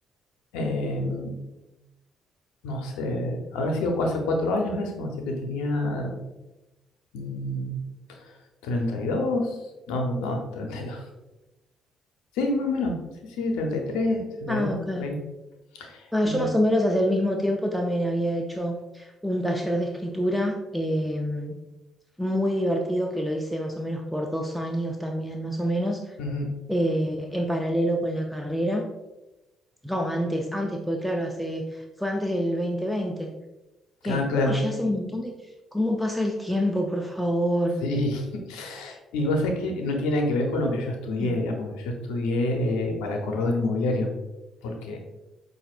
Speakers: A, on the left; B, in the centre.
A: Em, no sé, habrá sido cu- hace cuatro años eso, así que tenía mm, treinta y dos no, no, <laughs> treinta y dos Sí, más o menos, sí, sí, 33, 32,
B: Ah, ok.
A: por ahí.
B: Ah,
A: Y,
B: yo más o menos hace el mismo tiempo también había hecho un taller de escritura em, muy divertido que lo hice más o menos por dos años también, más o menos,
A: ujú,
B: eh, en paralelo con la carrera. No, antes, antes, porque claro, hace, fue antes del 2020. ¿Qué?
A: Ah, claro,
B: Uy, ya hace un montón de... ¿Cómo pasa el tiempo, por favor?
A: sí. <laughs> Y vos sabés que no tiene nada que ver con lo que yo estudié,
B: Mm.
A: digamos. Yo estudié eh, para corredor inmobiliario, porque